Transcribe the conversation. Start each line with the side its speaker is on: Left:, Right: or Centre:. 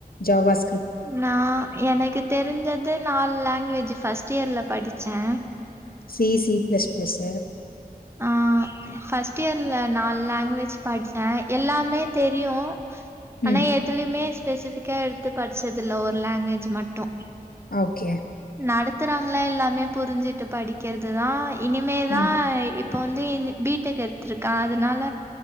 Left: ஜாவாஸ்
Right: நா எனக்கு தெரிஞ்சது நாலு லாங்வேஜு ஃபர்ஸ்ட் இயர்ல படிச்சே
Left: சி சி பிளஸ் பிளஸ்
Right: ஆ ஃபஸ்ட் இயர்ல நால் லேங்வேஜ் படிச்ச எல்லாமே தெரியு ஆனா
Left: ம்
Right: எதுலமே ஸ்பெசிஃபிக்கா எடுத்து படிச்சதில்ல ஒரு லேங்வேஜ் மட்டு
Left: ஓகே
Right: நடத்துறாங்களா எல்லாமே புரிஞ்சுட்டு படிக்கிறது தா இனிமே தா
Left: ம்
Right: இப்ப வந்து என் பி டெக் எடுத்ருக்க அதனால